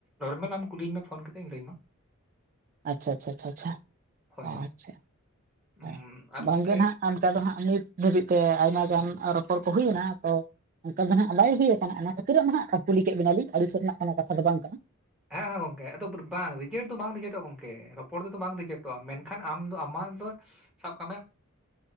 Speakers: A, in the centre; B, on the right.
A: ᱱᱚᱨᱢᱮᱞ ᱟᱢ ᱠᱩᱞᱤᱧ ᱢᱮ ᱯᱷᱳᱱ ᱠᱟᱛᱮᱜ ᱤᱧ ᱞᱟᱹᱭᱟᱢᱟ᱾
B: ᱟᱪᱷᱟ ᱪᱪᱷᱟ ᱪᱷᱟᱷᱟ
A: ᱦᱳᱭ
B: ᱚ
A: ᱦᱳᱭ
B: ᱟᱪᱷᱟ
A: ᱩᱸ
B: ᱦ
A: ᱟᱨ
B: ᱵᱟᱝᱜᱮ
A: ᱜᱚᱝᱠᱮ
B: ᱱᱟᱦᱟᱜ ᱚᱱᱠᱟ ᱫᱚ ᱦᱟᱜ ᱱᱤᱛ ᱫᱷᱟᱹᱵᱤᱡ ᱛᱮ ᱟᱭᱢᱟ ᱜᱟᱱ ᱨᱚᱯᱚᱲ ᱠᱚ ᱦᱩᱭᱱᱟ ᱛᱚ ᱚᱱᱠᱟ ᱫᱚ ᱱᱟᱜ ᱵᱟᱭ ᱦᱩᱭ ᱚᱱᱟ ᱠᱷᱟᱹᱛᱤᱨᱟᱜ ᱢᱟ ᱦᱟᱜ ᱠᱩ ᱠᱩᱞᱤ ᱠᱮᱫ ᱵᱮᱱᱟᱞᱤᱧ ᱟᱹᱲᱤᱥᱚᱜ ᱥᱮᱫ ᱨᱮᱱᱟᱜ ᱠᱚᱱᱳ ᱠᱟᱛᱷᱟ ᱫᱚ ᱵᱟᱝ ᱠᱟᱱᱟ᱾
A: ᱦᱮᱸ ᱦᱮᱸ ᱜᱚᱢᱠᱮ ᱟᱫᱚ ᱵᱟᱝ ᱨᱮᱡᱮᱴ ᱫᱚ ᱵᱟᱝ ᱨᱮᱡᱮᱠᱴᱚᱜᱼᱟ ᱜᱚᱢᱠᱮ ᱨᱚᱯᱚᱲ ᱛᱮᱫᱚ ᱵᱟᱝ ᱨᱮᱤᱡᱮᱠᱴᱚᱜᱼᱟ ᱢᱮᱱᱠᱷᱟᱱ ᱟᱢ ᱫᱚ ᱟᱢᱟᱜ ᱟᱢ ᱫᱚ ᱥᱟᱵ ᱠᱟᱜ ᱢᱮ